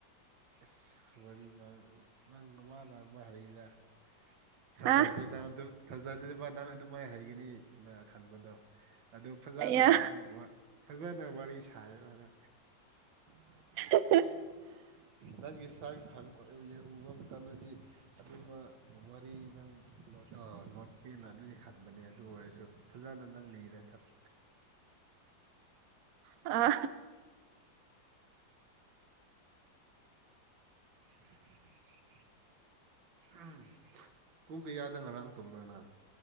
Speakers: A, on the right; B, on the right.
A: ꯏꯁꯁ ꯋꯥꯔꯤ ꯅꯪ ꯃꯋꯥ ꯉꯥꯡꯕ ꯍꯔ ꯊꯥꯖꯗꯦ
B: ꯑ
A: ꯅꯪ ꯊꯥꯖꯗꯦꯕ ꯅꯪ ꯑꯗꯨꯃꯥꯏ ꯍꯩꯒꯅꯤꯅ ꯈꯟꯕꯗꯣ ꯑꯗꯨ ꯐꯖꯅ
B: ꯑꯌꯥ
A: ꯅꯪ ꯐꯖꯅ ꯋꯥꯔꯤ ꯁꯥꯏꯌꯦꯅ
B: <inaudible>
A: ꯅꯪꯒꯤ ꯁꯥ ꯈꯪꯕ ꯎꯕ ꯃꯇꯝꯗꯗꯤ ꯑꯗꯨꯝꯕ ꯋꯥꯔꯤ ꯅꯪ ꯂꯣꯠꯀꯦꯅ ꯈꯟꯕꯅꯦ ꯑꯗꯨ ꯑꯣꯏꯔꯁꯨ ꯐꯖꯅ ꯅꯪ ꯂꯤꯔꯦ ꯊꯕ
B: ꯑ
A: <unintelligible> ꯎ ꯄꯨꯡ ꯀꯌꯥꯗ ꯉꯔꯥꯡ ꯇꯣꯝꯕ꯭ꯔꯅ